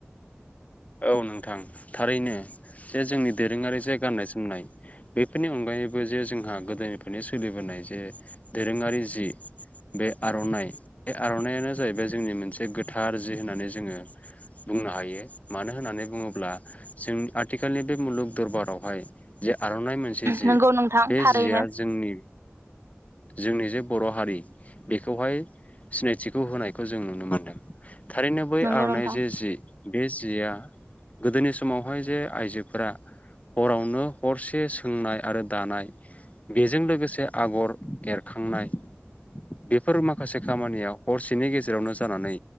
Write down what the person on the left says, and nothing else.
औ नोंथां थारैनो ।जे जोंनि दोरोङारि जे गान्नाय जोमनाय बेफोरनि अनगायैबो जे जोंहा गोदोनिफ्रायनो सोलिबोनाय जे दोरोङारि जि बे आर'नाइ बे आर'नायानो जाहैबाय जोंनि मोनसे गोथार जि होननानै जोङो बुंनो हायो मानो होननानै बुङोब्ला जों आथिखालनि बे मुलुग दरबारावहाय जे आर'नाइ मोनसे जि
बे
जिया जोंनि जोंनि जे बर' हारि बेखौहाय सिनायथिखौ होनायखौ जों नुनो मोनदों । थारैनो बै
आर'नाइ
जे जि बे जिया गोदोनि समावहाय जे आइजोफोरा हरावनो हरसे सोंनाय आरो दानाय बेजों लोगोसे आगर एरखांनाय बे फोर माखासे खामानियाव हरसेनि गेजे जेरावनो जानानै